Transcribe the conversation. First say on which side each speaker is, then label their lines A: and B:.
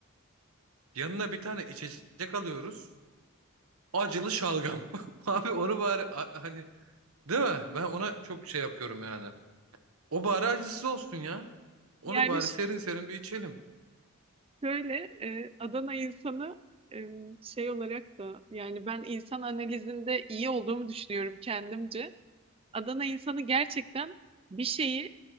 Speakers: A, on the right (about 80°); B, on the right (about 25°).
A: Yanına bir tane içecek alıyoruz. Acılı şalgam. <laughs> Abi onu bari a- hani değil mi? Ben ona çok şey yapıyorum yani. O bari acısız olsun ya. Onu
B: Yani
A: bari
B: ş-
A: serin serin bir içelim.
B: şöyle e, Adana insanı e, şey olarak da yani ben insan analizinde iyi olduğumu düşünüyorum kendimce. Adana insanı gerçekten bir şeyi